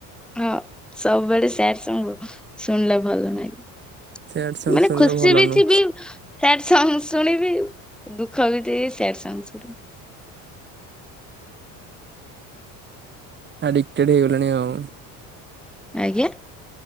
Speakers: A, in the centre; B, on the right.
A: ହଁ ସବୁବେଳେ ସ୍ୟାଡ୍ ସଙ୍ଗ୍ ଉ। ଶୁଣିଲେ ଭଲ ନାଗେ
B: ସ୍ୟାଡ ସଙ୍ଗ
A: ମାନେ
B: ଶୁଣିଲେ
A: ଖୁସି
B: ଭଲ
A: ବି
B: ନୁହଁ।
A: ଥିବି ସ୍ୟାଡ୍ ସଙ୍ଗ୍ ଶୁଣିବି ଦୁଃଖ ବି ଥିବି ସ୍ୟାଡ୍ ସଙ୍ଗ୍ ଶୁଣି
B: ଆଡିକ୍ ଟେଡ୍ ହେଇଗଲେଣି ଆଉ।
A: ଆଜ୍ଞା।